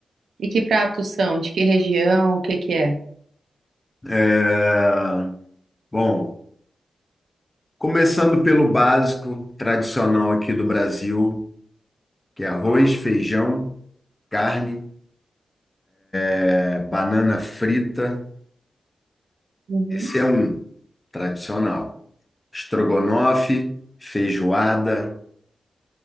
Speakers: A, on the right; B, on the left.
A: E que pratos são? De que região? O que que é?
B: É, Bom, começando pelo básico tradicional aqui do Brasil, que é arroz, feijão, carne, é, banana frita.
A: Uhum,
B: Esse é um tradicional. Estrogonofe, feijoada.